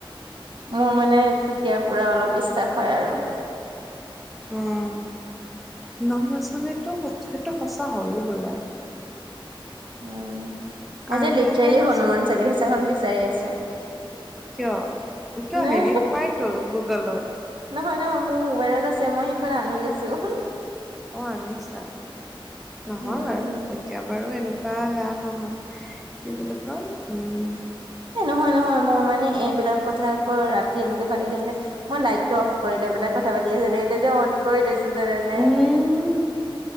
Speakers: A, on the right; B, in the centre.
A: মোৰ মানে তেতিয়াৰ পৰা অলপ বিশ্বাস হয় আৰু
B: উম। <unintelligible> সেইটো সঁচা হয়ো বোলে।
A: উম, মই
B: আৰু
A: যে লিটৰেলি
B: এজন আছে
A: হনুমান চালিচাখন বিচাৰি আছো।
B: কিয়-কিয়
A: নাই
B: হেৰিত পাইতো গুগলত।
A: নহয়- নহয় মোৰ মোবাইলত আছে, মই সেইখন আনি লৈছো।
B: অ', আনিছা, নহয়
A: উম
B: বাৰু
A: উম।
B: এতিয়া বাৰু এনেকুৱা বা সেয়া নহয় কি বুলি কয়, উম
A: এ নহয়-নহয়, মোৰ মানে এইবিলাক কথা আকৌ ৰাতি এনেকে পাতি থাকিলে মই লাইটটো অফ কৰি লৈ পেলাই কথা পাতি আছিলো, এতিয়া যে অন কৰি লৈছো জানানে।
B: উম।